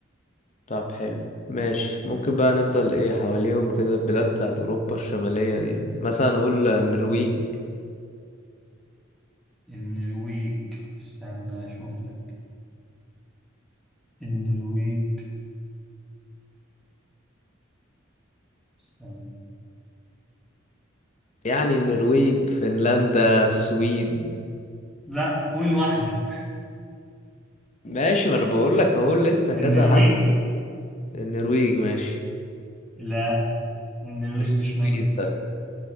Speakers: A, on the left; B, in the centre.
A: طب حلو ماشي ممكن بقى نفضل ايه حواليهم كده البلاد بتاعت اوروبا الشمالية دي مثلا نقول النرويج
B: النرويج استنى اشوف لك النرويج استنى
A: يعني النرويج فنلندا السويد
B: لا قول واحدة
A: ماشي ما انا بقول لك اهو لسه
B: <laughs> النرويج
A: كذا حد النرويج ماشي
B: لا النرويج
A: السويد
B: مش منهم
A: طيب